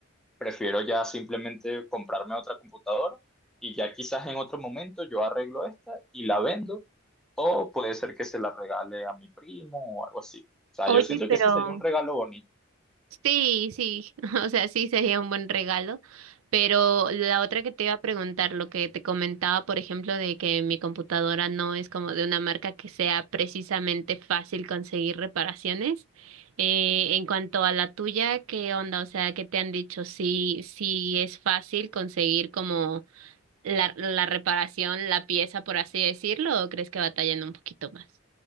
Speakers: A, in the centre; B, on the right (about 85°).
A: prefiero ya simplemente comprarme otra computadora y ya quizás en otro momento yo arreglo esta y la vendo, o puede ser que se la regale a mi primo o algo así. O sea,
B: Oye,
A: yo siento
B: pero
A: que eso sería un regalo bonito.
B: Sí, sí, <laughs> o sea, sí sería un buen regalo, pero la otra que te iba a preguntar, lo que te comentaba, por ejemplo, de que mi computadora no es como de una marca que sea precisamente fácil conseguir reparaciones. Eh, en cuanto a la tuya, ¿qué onda? O sea, ¿qué te han dicho? Sí, sí es fácil conseguir como la, la reparación, la pieza, por así decirlo, ¿o crees que batallan un poquito más?